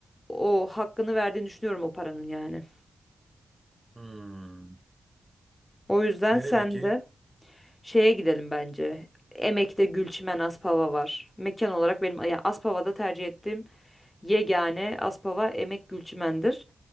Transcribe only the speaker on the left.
o hakkını verdiğini düşünüyorum o paranın yani.
O yüzden
sen
de şeye gidelim bence. Emek'te Gülçimen Aspava var. Mekan olarak benim ya Aspava'da tercih ettiğim yegane Aspava Emek Gülçimen'dir.